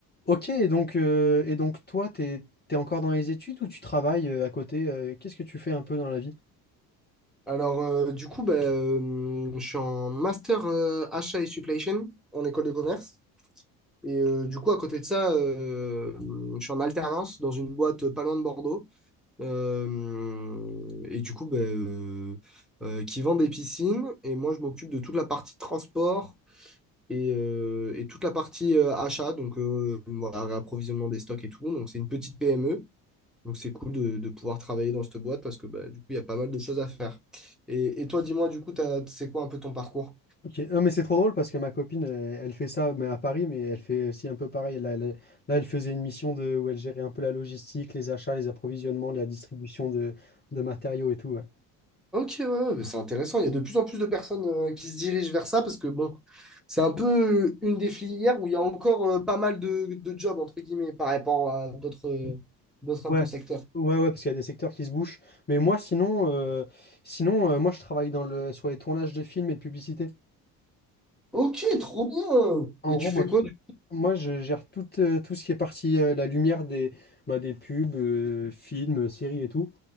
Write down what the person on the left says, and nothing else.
Ok, et donc, euh, et donc toi, t'es, t'es encore dans les études ou tu travailles euh, à côté? euh, qu'est-ce que tu fais un peu dans la vie?
Ok, non, mais c'est trop drôle parce que ma copine, elle, elle fait ça mais à Paris, mais elle fait aussi un peu pareil. Là, elle, là, elle faisait une mission de, où elle gérait un peu la logistique, les achats, les approvisionnements, la distribution de, de matériaux et tout. Ouais.
Ouais,
ouais, ouais, parce qu'il y a des secteurs qui se bouchent. Mais moi, sinon, euh, sinon euh, moi, je travaille dans le, sur les tournages de films et de publicités.
En
gros,
moi,
Moi, je gère tout, euh, tout ce qui est partie euh, la lumière des, bah, des pubs, euh, films, séries et tout.